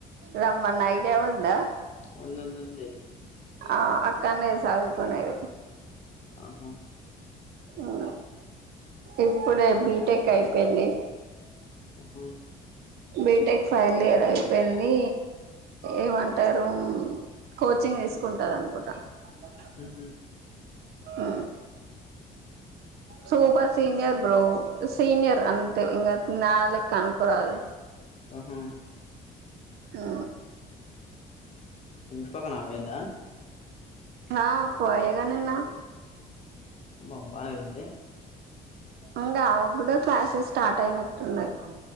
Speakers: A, on the right (about 70°); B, on the left (about 40°).
A: రమ్మన్న ఐడియా ఉందా
B: ఉన్ ఉంది వుంది
A: ఆ అక్కనేది చదువుకునేది
B: ఆహా
A: ఉ ఇప్పుడే బీటెక్ అయిపోయింది
B: ఆ హ
A: బీటెక్ ఫైనల్ ఇయర్ అయిపోయింది ఏమంటారు కోచింగ్ తీసుకుంటది అనుకుంటా అ
B: ఉహు
A: హ సూపర్ సీనియర్ బ్రో సీనియర్ అంతే ఇంగ నాలుక్ కనుకురల్
B: ఆహా
A: ఆ
B: మీప్పప్పక్క లేదా
A: హా పో ఏగానేన్నా
B: అమ బన వింది
A: ఇకా ఆమె కూడా క్లాసెస్ స్టార్ట్ అయినట్టున్నాయి ఓ